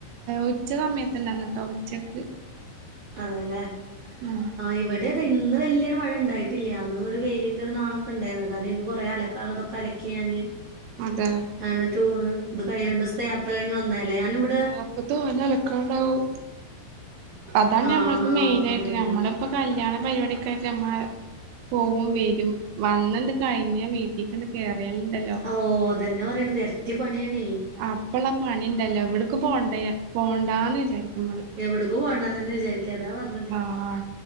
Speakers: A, on the right; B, on the right.
A: ഉച്ച സമയത്ത്നെന്നട്ടോ ഉച്ചക്ക്
B: അതെല്ലേ
A: ഉം
B: ആ് ഇവിടെ അത ഇന്ന് വലൊരു മഴയണ്ടായിട്ടില്ല അന്ന് ഒരു വെയിലിന്റെ ഒരു നാളൊക്കെ ഉണ്ടായിരുന്നു കാരണം ഇനി കുറെ ആലക്കാ കളതൊക്കെ അലക്കിയാന്
A: അതെ
B: എന്ന ഇത് ടൂറ് ഇത് രണ്ടീസത്തെ യാത്ര കഴിഞ്ഞ് വന്നെല്ലേ ഞാൻ ഇവി
A: അപ്പൊ തോനെ അളക്കാണ്ടാവും അതാണ്
B: ആ
A: ഞമ്മൾക്ക്
B: ആ
A: മെയിന് ആയിട്ട്
B: അതന്നെ
A: ഞമ്മള്
B: അതന്നെ
A: ഇപ്പൊ കല്ല്യാണ പരിപാടിക്കായിട്ട് ഞമ്മ പോവും വരും വന്നന്ത്‌ കഴിഞ്ഞ വീട്ടില്ക്കണ്ട് കേറിയാല്ണ്ടല്ലോ
B: ഓഹ് അതെന്നെ പറീണതെ എരട്ടി പണ്യാണേ
A: അപ്പള്ളാ പണിണ്ടല്ലോ എവിട്ക്കും പോണ്ടയ പോണ്ടാന്ന് വിചാരിക്കും ഞമ്മള്
B: എവിട്ക്കും പോണ്ടാന്ന്ന്നെ വിചാരിക്ക അതാപറ്
A: ആഹ്